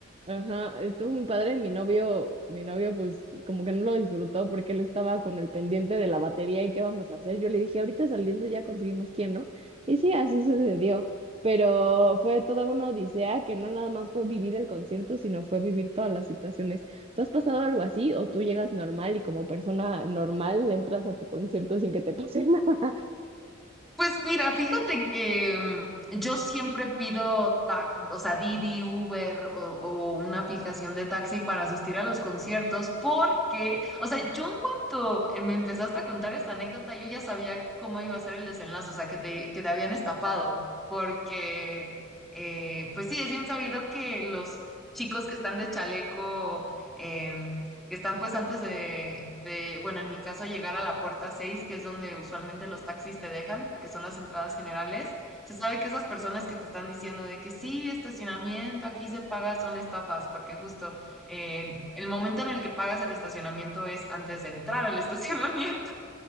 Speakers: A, on the right; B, in the centre.
A: ajá, estuvo muy padre. Mi novio, mi novio, pues como que no lo disfrutó porque él estaba con el pendiente de la batería y qué vamos a hacer. Yo le dije, ahorita saliendo ya conseguimos quién, ¿no? Y sí, así sucedió. Pero fue toda una odisea que no nada más fue vivir el concierto, sino fue vivir todas las situaciones. ¿Tú has pasado algo así o tú llegas normal y como persona normal entras a tu concierto sin que te pase nada?
B: Pues mira, fíjate que mm, yo siempre pido tac, o sea, Didi, Uber o, o una aplicación de taxi para asistir a los conciertos porque, o sea, yo en cuanto eh, me empezaste a contar esta anécdota, yo ya sabía cómo iba a ser el desenlace, o sea, que te, que te habían estafado, porque, eh, pues sí, es bien sabido que los chicos que están de chaleco em, que están pues antes de, de, bueno, en mi caso llegar a la puerta 6 que es donde usualmente los taxis te dejan, porque son las entradas generales, se sabe que esas personas que te están diciendo de que sí, estacionamiento, aquí se paga, son estafas, porque justo eh, el momento en el que pagas el estacionamiento es antes de entrar al <laughs> estacionamiento.